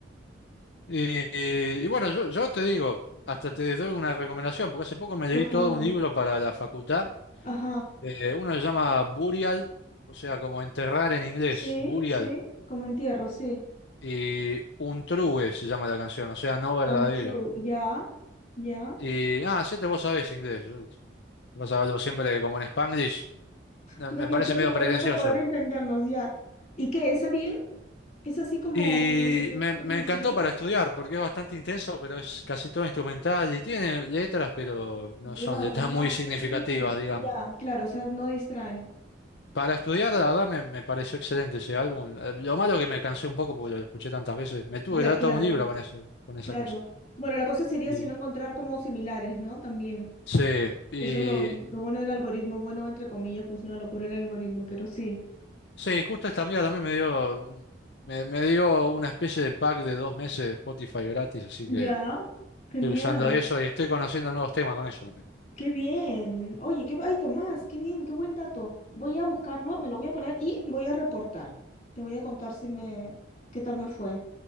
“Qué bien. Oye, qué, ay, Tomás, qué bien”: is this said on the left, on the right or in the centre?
Left